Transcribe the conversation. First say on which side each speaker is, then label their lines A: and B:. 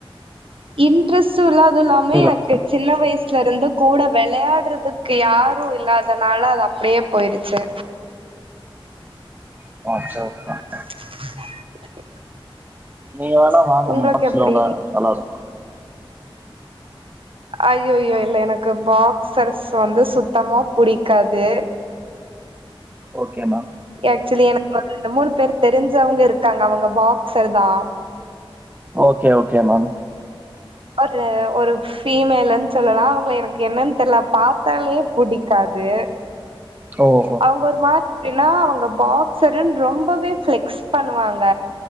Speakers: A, on the right; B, on the right.
A: இன்ட்ரஸ்ட் இல்லது இல்லாமே
B: வேணும்
A: எனக்கு சின்ன வயசுலருந்து கூட விளையாடுறதுக்கு யாரும் இல்லாதனால அது அப்படியே போயிருச்சு
B: <inaudible>
A: <inaudible>
B: நீ வேணா வா நம்ம
A: உங்களுக்கு
B: பாக்சர்
A: எப்டி
B: விளையாடுவோம்
A: அய்யோ ய்யோ இல்ல எனக்கு பாக்சர்ஸ் வந்து சுத்தமா புடிக்காது
B: ஓகே மேம்
A: ஆக்சுவலி எனக்கு ஒரு ரெண்டு மூணு பேர் தெரிஞ்சவங்க இருக்காங்க அவங்க பாக்சர் தான்
B: ஓகே ஓகே மேம்
A: ஒரு ஒரு ஃபிமேல்ன்னு சொல்லலாம் அவங்கல எனக்கு என்னனு தெரில பாத்தாலே பிடிக்காது
B: ஓ ஓ
A: அவங்க ஒரு மாரி எப்பினா அவங்க பாக்சருன்னு ரொம்பவே ஃப்ளெக்ஸ் பண்ணுவாங்க